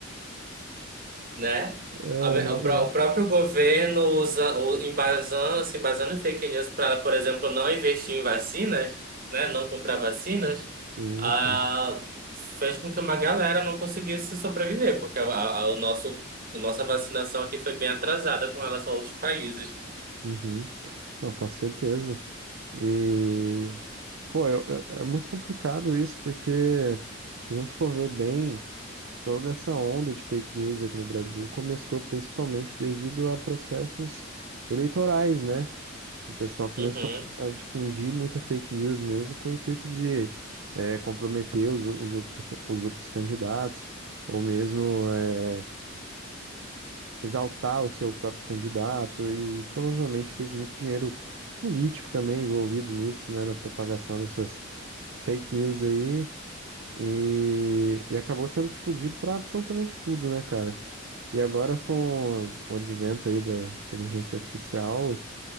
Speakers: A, on the right (about 45°); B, on the right (about 65°).
A: né?
B: É,
A: A me-
B: <laughs> é realmente.
A: O pró- o próprio governo usa, o- embasando, se embasando em fake news para, por exemplo, não investir em vacinas, né? Não comprar vacinas,
B: Sim,
A: ah,
B: pô.
A: fez com que uma galera não conseguisse sobreviver, porque a, a- o nosso, a nossa vacinação aqui foi bem atrasada com relação a outros países.
B: Uhum. Não, com certeza. E, pô, eu- eu- é, muito complicado isso, porque se a gente for ver bem, toda essa onda de fake news aqui no Brasil começou principalmente devido a processos eleitorais, né? O pessoal começou
A: Uhum.
B: a difundir muita fake news mesmo com o intuito de eh, comprometer os, os outros, os outros candidatos, ou mesmo. eh, exaltar o seu próprio candidato e provavelmente teve muito dinheiro político também envolvido nisso, né, na propagação dessas fake news aí e, e acabou sendo difundido para absolutamente tudo, né, cara? E agora com o advento aí da inteligência artificial,